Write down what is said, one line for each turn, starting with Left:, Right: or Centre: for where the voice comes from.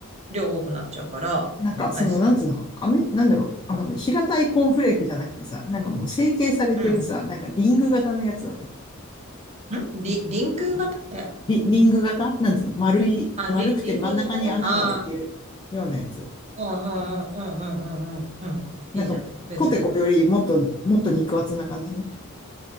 Right: 量多くなっちゃうから、
Left: なんか、
Right: アイスの。
Left: その、なんつうの、あめ、なんだろう。あの、平たいコーンフレークじゃなくてさ、なんかもう成形されてるさ、
Right: うん。
Left: なんかリング型のやつだね。
Right: んリ、リンク型え
Left: リ、リング型なんつうの丸い、
Right: あ、
Left: 丸くて真ん中に穴が開いてるようなやつ。
Right: リ、リンク型ね。ああ、うんうんうんうんうんうんうん。
Left: なんか、
Right: いいじゃん。別に。
Left: ポテコよりもっと、もっと肉厚な感じね。